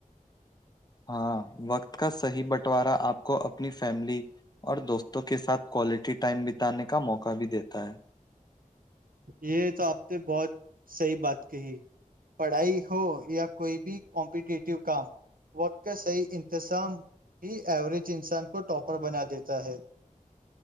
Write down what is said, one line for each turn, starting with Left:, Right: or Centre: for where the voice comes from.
Left: ہاں وقت کا صحی بنٹوارا آپ کو اپنی فیملی اور دوستوں کے ساتھ کوالٹی ٹائم بتانے کا موقع بھی دیتا ہے
Right: یہ تو آپ نے بہت صحیح بات کہی پڑھائی ہو یا کوئی بھی کمپیٹیٹیو کام وقت کا صحیح انتظام ہی ایوریج انسان کو ٹاپر بنا دیتا ہے